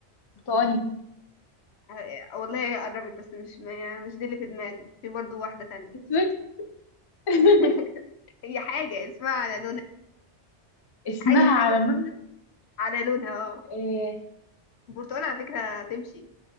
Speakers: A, on the left (about 35°); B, on the left (about 75°).
A: برتقاني
B: آه، والله هي قربت بس مش ما مش دي اللي في دماغي في برضو واحدة تانية
A: أسود <laughs>
B: <laughs> هي حاجة اسمها على لونها
A: اسمها
B: حاجة حاجة
A: على لونها
B: على لونها اه
A: آه،
B: البرتقال على فكرة هتمشي